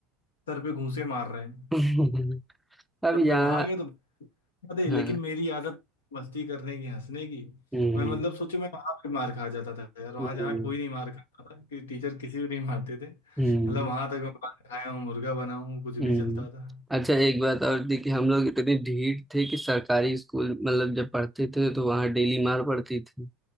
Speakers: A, on the left (about 80°); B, in the centre.
A: सर पे घूंसे मार रहे हैं
B: <laughs> अब
A: जब
B: यहाँ
A: मैं वहां गया तो बता दे
B: हाँ
A: लेकिन मेरी आदत मस्ती करने की हंसने की
B: हम्म
A: मैं मतलब सोचे मैं वहां पे मार खा जाता था यार वहां
B: हम्म
A: जहाँ
B: हम्म
A: कोई नहीं मार खाता था कि टीचर किसी भी नहीं मारते थे मतलब
B: हम्म।
A: वहां तक मैं मार खाया हूँ मुर्गा बना हूँ कुछ भी
B: हम्म
A: चलता था
B: अच्छा एक बात और थी कि हम लोग इतने ढीठ थे कि सरकारी स्कूल मतलब जब पढ़ते थे तो वहाँ डेली मार पड़ती थी